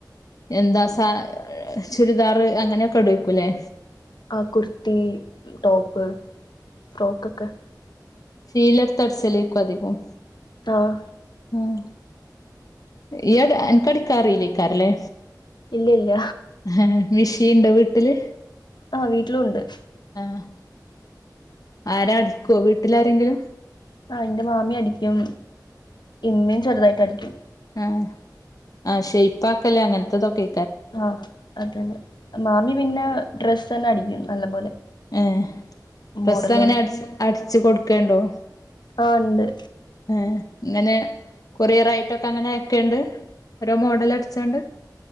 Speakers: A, on the left; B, on the left.
A: എന്താ സാ ചുരിദാറ് അങ്ങനെയൊക്കെ ടോയ്ക്കു ലേ
B: അ കുർത്തി ടോപ്പ് ഫ്രോക്ക് ഒക്കെ
A: ഷീലട്ത്ത് അട്ച്ചലേക്കും അധികും
B: ആഹ്
A: ഉം യ് അട് അൻക്കടിക്കാ റീലേയ്ക്കാരം ലേ
B: ഇല്ല ഇല്ല
A: ഹേ മിഷീൻണ്ടോ വീട്ട്ല്
B: ആ വീട്ടിലും ഉണ്ട്
A: ആഹ് ആരാ അടിക്കോ വീട്ടിലാരെങ്കിലും
B: ആഹ് ഇന്റെ മാമി അടിയ്ക്കും ഇമ്മിം ചെറുതായിട്ട് അടിയ്ക്കും
A: ആഹ് ആഹ് ഷെയ്പ്പാക്കല് അങ്ങൻത്തതൊക്കെ
B: ആഹ് അതെന്നെ മാമി പിന്നേ ഡ്രസ്സെന്നെ അടിയ്ക്കും നല്ല പോലെ
A: ഏഹ് ഡ്രസ്സെങ്ങനെ
B: മോഡലോർത്ത്
A: അട്ച്ച് അട്ച്ച് കൊടുക്കല്ണ്ടോ
B: ആഹ് ഉണ്ട്
A: ഏഹ് ഇങ്ങനേ കൊറിയറായിട്ടൊക്ക അങ്ങനെ അയക്കല്ണ്ട് ഓരോ മോഡല് അടിച്ചാണ്ട്